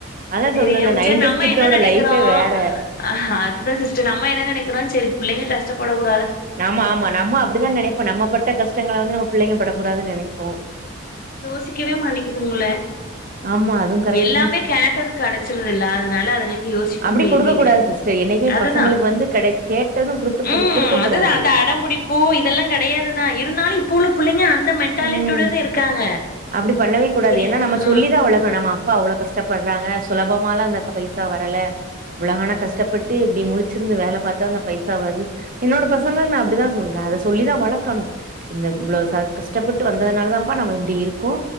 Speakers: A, on the right (about 45°); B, on the left (about 45°).
A: அதான்
B: தெரியாம
A: சொன்னேன்ல
B: சரி நம்ம
A: கிட்டோட
B: என்ன நினைக்கிறோம்
A: லைஃபே வேற.
B: அதுதான் சிஸ்டர் நம்ம என்ன நினைக்கிறோம் சரி. புள்ளைங்க கஷ்டப்படக்கு
A: நாம ஆமா நம்ம அப்படிதான் நினைப்போம் நம்ம பட்ட கஷ்டங்கள வந்து நம்ம புள்ளைங்க படக்கூடாதுன்னு நினைப்போம்.
B: ச்சுக்கவே மாட்டக்குதுங்கள
A: ஆமா அதுவும் கரெக்ட்
B: எல்லாமே
A: தான்.
B: கேட்டதும் கிடைச்சிருது இல்ல அதனால அதுங்களுக்கு யோசிக்க
A: அப்டி
B: கூடிய
A: குடுக்க
B: இது இல்ல
A: கூடாது சிஸ்டர். என்னைக்குமே
B: அதுதான்
A: பசங்களுக்கு வந்து கிடை கேட்டதும் குடுத்து
B: உம்.
A: குடு குடுக்க கூடாது.
B: அந்த அடம்பிடிப்பு இதெல்லாம் கிடையாதுதான் இருந்தாலும் இப்போ உள்ள புள்ளைங்க அந்த. மென்டாலிட்டியோடதா
A: ம்.
B: இருக்காங்க.
A: அப்டி பண்ணவே கூடாது
B: எ
A: ஏனா நம்ம
B: ம்
A: சொல்லி தான் வளக்கன்னும். நம்ம அப்பா அவ்வளோ கஷ்டப்படுறாங்க சுலபமால அந்த பைசா வரல. இவ்ளோ கால கஷ்டப்பட்டு. அப்படி முழிச்சிருந்து வேல பார்த்து அந்த பைசா வருது என்னோட பசங்களுக்கு நான் அப்படிதான் சொல்றேன் அத சொல்லிதான் வளர்க்கணும் இந்த இவ்வளோ. கஷ்டப்பட்டு வந்ததுனால தான்ப்பா நம்ம இப்படி இருக்கோ.